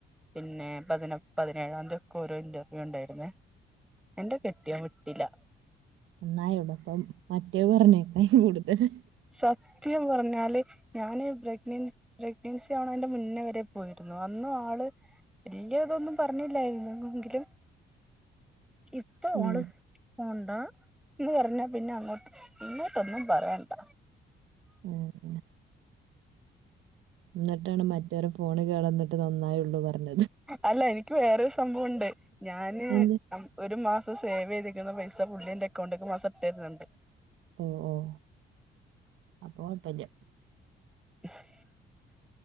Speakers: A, in the centre; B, on the right.
A: പിന്നെ പതിന പതിനേഴാംന്തി ഒക്കെ ഓരോ ഇന്റർവ്യൂ ഉണ്ടായിര്ന്നെ. ഇന്റെ കെട്ടിയോൻ വിട്ടില്ല.
B: ഒന്നായുടുംപ്പം മറ്റേ പറഞ്ഞേക്കാ കൂട്തല്.
A: സത്യം പറഞ്ഞാല് ഞാന് പ്രഗ്നൻ പ്രഗ്നൻസി ആവ്ണെന്റെ മുന്നെ വെരെ പോയിരുന്നു അന്ന് ആള് വല്ല്യാ ഇതൊന്നും പറഞ്ഞില്ലായിരുന്നു എങ്കിലും ഇപ്പോ
B: ഉം
A: ആള് പോണ്ടാന്ന് പറഞ്ഞാ പിന്നെ അങ്ങോട്ട് ഇങ്ങോട്ടൊന്നും പറയണ്ട
B: ഉം ഉം ഇന്നട്ടാണ് മറ്റോരെ ഫോണ് കേടന്നിട്ട് നന്നായൊള്ളു പറഞ്ഞത്
A: അല്ല എനിക്ക് വേറൊരു സംഭവുണ്ട് ഞാന്
B: എന്ത്
A: അം ഒരു മാസം സേവെയ്തിരിക്കുന്ന പൈസ പുള്ളിന്റെ എക്കൗണ്ട്ക്ക് മാസം ഇട്ടെരുന്നുണ്ട്.
B: ഓഹ് ഓഹ് അപ്പൊ കൊയപ്പല്ല.
A: <inaudible>